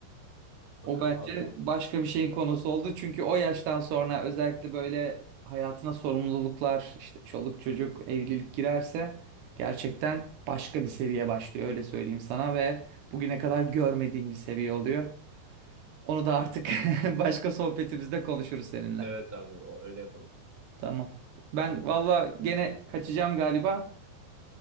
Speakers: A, in the centre; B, on the right.
A: Bakalım
B: O bence
A: abi.
B: başka bir şeyin konusu oldu. Çünkü o yaştan sonra özellikle böyle hayatına sorumluluklar, işte çoluk çocuk, evlilik girerse gerçekten başka bir seviye başlıyor öyle söyleyeyim sana ve bugüne kadar görmediğin bir seviye oluyor. Onu da artık <laughs> başka sohbetimizde konuşuruz seninle.
A: Evet abi, o öyle yapalım.
B: Tamam. Ben valla gene kaçacağım galiba.